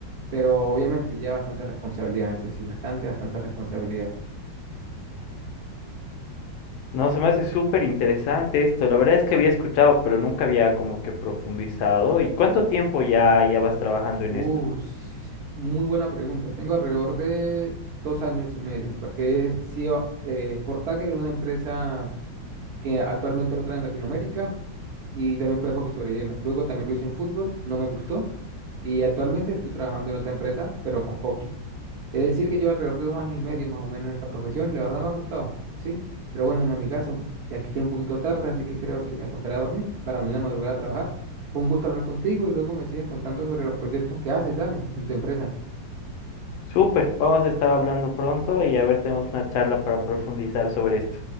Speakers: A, on the right (about 65°); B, on the left (about 80°).
A: pero obviamente ya bastante responsabilidad, eso sí, bastante, bastante responsabilidad.
B: No, se me hace súper interesante esto. La verdad es que había escuchado, pero nunca había como que profundizado. ¿Y cuánto tiempo ya, ya vas trabajando en
A: Uy,
B: esto?
A: muy buena pregunta. Tengo alrededor de dos años y medio, porque he sido eh, Sport Tagger en una empresa que actualmente no trae en Latinoamérica y también fue de hockey sobre hielo. Luego también lo hice en fútbol, no me gustó y actualmente estoy trabajando en otra empresa, pero con hockey. Es decir, que llevo alrededor de dos años y medio más o menos en esta profesión y la verdad me ha gustado, ¿sí? Pero bueno, en mi caso, y aquí ya un poquito tarde, así que creo que me acostaré a dormir para mañana madrugada a trabajar. Fue un gusto hablar contigo y luego me sigues contando sobre los proyectos que haces, dale, en tu empresa.
B: Súper, vamos a estar hablando pronto y a ver, tenemos una charla para profundizar sobre esto.